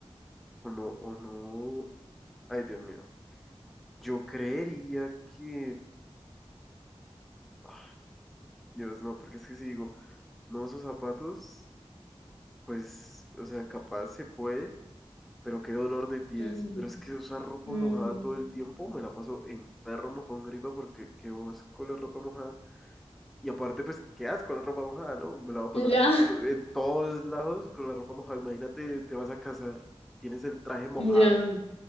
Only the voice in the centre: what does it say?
O no, o no. Ay, Dios mío. Yo creería que. ah, Dios, no, porque es que si digo, no uso zapatos, pues, o sea, capaz se puede, pero qué dolor de pies.
Pero es que usar ropa
mojada todo el tiempo, me la paso enfermo con gripa porque qué vos con la ropa mojada. Y aparte, pues, ¿qué asco la ropa mojada, no? Me la voy a pasar
así to- en todos lados con la ropa mojada. Imagínate, te vas a casar, tienes el traje mojado.